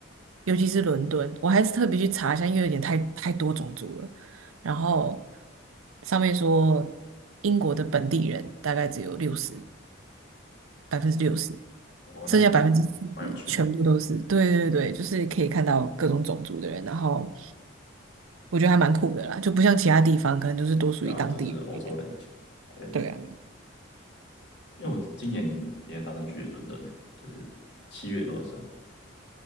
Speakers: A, on the right; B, on the left.
A: 尤其是伦敦，我还是特别去查一下，因为有点太太多种族了。然后上面说英国的本地人大概只有六十，百分之六十，
B: 哦，
A: 剩下百分之四十全部都是，
B: 那还蛮蛮有趣的。
A: 对对对，就是可以看到各种种族的人。然后我觉得还蛮酷的啦，就不像其他地方可能就是多属于当地人。
B: 对啊，都是欧洲人。白人
A: 对啊，
B: 因为我今年也打算去伦敦的，就是七月多的时候。